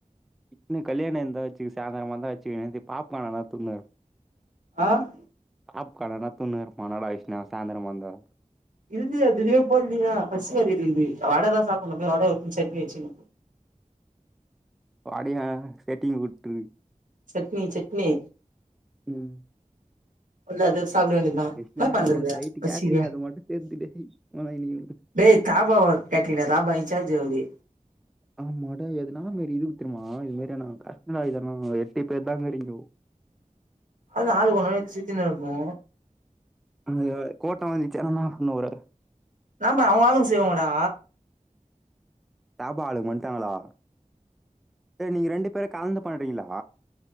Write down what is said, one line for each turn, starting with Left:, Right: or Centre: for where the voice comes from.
Centre: இப்பனு கல்யணம் எந்தாச்சு சாய்ந்தரமா தான் ஆச் செய்ணது பாப்ப கணத்ததுன்னர்
Right: ஆஹ்
Centre: பாக் கடலா துன்னு ரொம்ப நாள் ஆயிருச்சு நா சாய்ந்தரொ வந்துற்றேன்
Right: <unintelligible> இடியாப்ப இல்லியா பசியா இருக்குது வட தா சாப்படனு போ வட வச்சு சட்னி வச்சினு
Centre: வடையா ஸ்கேட்டிங் விட்ரு
Right: சட்னி சட்னி
Centre: ம்
Right: <unintelligible> சாப்பிட வேண்டதா
Centre: கிருஷ்ணா
Right: என்ன பண்றது
Centre: ஆனா உங்களுக்கு நைட்டு
Right: பசிக்கு
Centre: கேட்ரிங் அது மட்டு சேத்துடு போடா இன்னைக்கு
Right: டேய் தாபா கேட்டீங்க இல்ல தாபா இன்சார்ஜ் அவரு
Centre: ஆமாட எதுனா மாரி இது தெரியுமா இது மாதிரினா <unintelligible> இதெல்லாம் எட்டு பேர் தா இருக்கிரீங்கோ
Right: அதா ஆளுக்கு ஒரு நாளக்கு சுத்தின்னு இருப்போ
Centre: அந்த கோட்டம் வந்துச்சு என்னாப் ஒண்ணு வராது
Right: ஆமா அவங்க ஆளுங்க செய்வாங்கடா
Centre: தாபா ஆளுங் வன்டாங்களா டேய் நீங்க ரெண்டு பேரு கலந்து பண்றீங்களா